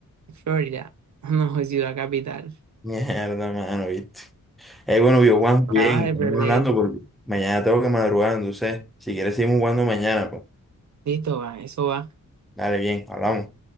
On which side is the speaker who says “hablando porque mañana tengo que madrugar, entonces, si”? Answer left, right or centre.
Centre